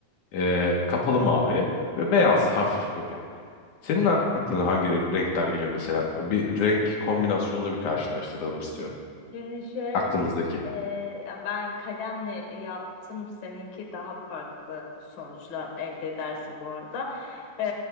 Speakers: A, on the left; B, on the left.
A: e, kapalı mavi ve beyaz hafif böyle. Senin aklına hangi renk- renkler geliyor mesela? Bir renk kombinasyonunu bir karşılaştıralım istiyorum.
B: Şimdi şöyle
A: Aklımızdaki.
B: e, ya ben kalemle yaptım. Seninki daha farklı sonuçlar elde edersin bu arada. E,